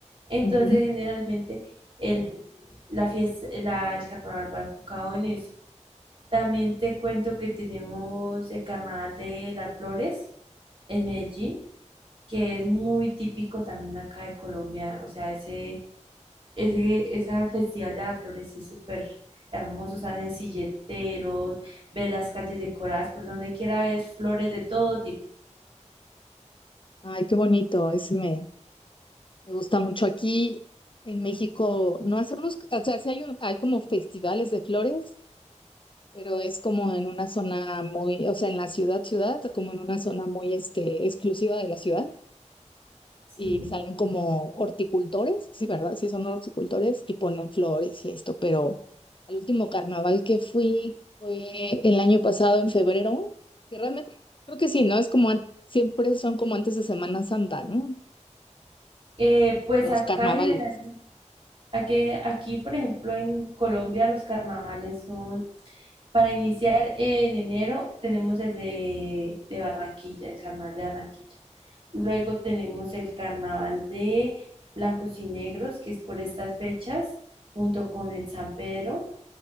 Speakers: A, on the right (about 45°); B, on the left (about 45°).
A: Entonces
B: Ujú.
A: generalmente el, la fiesta, la- el carnaval va enfocado en eso. También te cuento que tenemos el carnaval de las flores en Medellín, que es muy típico también acá de Colombia, o sea, ese ese, ese festival de las flores es súper hermoso, salen silleteros, ves las calles decoradas por donde quiera, ves flores de todo tipo.
B: Ay, qué bonito, ese me, me gusta mucho. Aquí en México no hacemos, o sea, sí hay, un- hay como festivales de flores, pero es como en una zona muy, o sea, en la ciudad, ciudad, como en una zona muy este, exclusiva de la ciudad.
A: Sí.
B: Y salen como horticultores, sí, ¿verdad? Sí, son horticultores y ponen flores y esto, pero al último carnaval que fui fue el año pasado en febrero, que realmente creo que sí, ¿no? Es como an- siempre son como antes de Semana Santa, ¿no?
A: Eh, pues
B: Los
A: acá
B: carnavales.
A: generalmente, aquí, aquí por ejemplo en Colombia los carnavales son, para iniciar en enero tenemos el de, de Barranquilla, el carnaval de Barranquilla. Luego tenemos el carnaval de Blancos y Negros, que es por estas fechas, junto con el San Pedro.